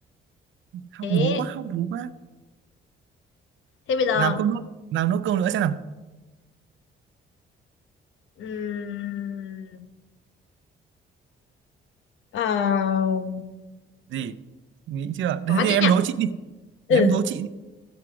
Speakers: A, on the right; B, on the left.
A: học
B: thế
A: búa quá học búa quá
B: thế bây giờ
A: làm câu nốt làm nốt câu nữa xem nào
B: ừm, ờ,
A: gì nghĩ chưa
B: khó
A: thế thì
B: thế
A: em
B: nhỉ
A: đố chị đi để
B: ừ
A: em đố chị đi